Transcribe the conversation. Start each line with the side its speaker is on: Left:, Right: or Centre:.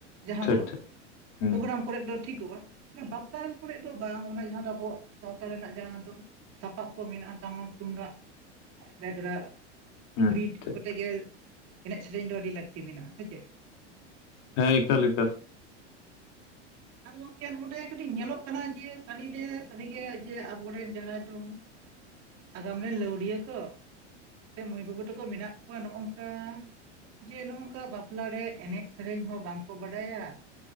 Right: ᱡᱟᱦᱟᱸ
Left: ᱴᱷᱤᱠ
Right: ᱫᱚ
Left: ᱴᱷᱤᱠ ᱦᱩᱸ
Right: ᱯᱨᱳᱜᱨᱟᱢ ᱠᱚᱨᱮ ᱫᱚ ᱴᱷᱤᱠᱚᱜᱼᱟ ᱵᱟᱯᱞᱟ ᱠᱚᱨᱮ ᱫᱚ ᱵᱟᱝ ᱚᱱᱟ ᱡᱟᱦᱟᱸ ᱫᱚ ᱟᱵᱚᱣᱟᱜ ᱥᱟᱶᱛᱟ ᱨᱮᱱᱟᱜ ᱡᱟᱦᱟᱸ ᱫᱚ ᱥᱟᱯᱟᱵ ᱠᱚ ᱢᱮᱱᱟᱜᱼᱟ ᱴᱟᱢᱟᱠ ᱛᱩᱢᱫᱟᱜ ᱨᱮᱜᱽᱨᱟ
Left: ᱦᱩᱸ
Right: <unintelligible>
Left: ᱦᱩᱸ ᱴᱷᱤᱠ
Right: ᱠᱚᱛᱮ ᱜᱮ ᱮᱱᱮᱡ ᱥᱮᱨᱮᱧ ᱫᱚ ᱟᱹᱰᱤ ᱞᱟᱹᱠᱛᱤ ᱢᱮᱱᱟᱜᱼᱟ ᱥᱮ ᱪᱮᱫ
Left: ᱦᱮᱸ ᱮᱠᱟᱞ ᱮᱠᱟᱞ
Right: ᱟᱨ ᱜᱚᱝᱠᱮ ᱱᱚᱰᱮ ᱠᱟᱹᱴᱤᱡ ᱧᱮᱞᱚᱜ ᱠᱟᱱᱟ ᱡᱮ ᱥᱟᱨᱤ ᱜᱮ ᱟᱵᱚᱨᱮᱱ ᱡᱟᱦᱟᱸᱭ ᱫᱚ ᱟᱜᱟᱢ ᱨᱮᱱ ᱞᱟᱹᱣᱲᱤᱭᱟᱹ ᱠᱚ ᱥᱮ ᱢᱟᱹᱭ ᱵᱟᱹᱵᱩ ᱛᱟᱠᱚ ᱢᱮᱱᱟᱜ ᱠᱚᱣᱟ ᱱᱚᱜᱚ ᱱᱚᱝᱠᱟ ᱡᱮ ᱱᱚᱜᱚ ᱱᱚᱝᱠᱟ ᱵᱟᱯᱞᱟ ᱨᱮ ᱮᱱᱮᱡ ᱥᱮᱨᱮᱧ ᱦᱚᱸ ᱵᱟᱝᱠᱚ ᱵᱟᱰᱟᱭᱟ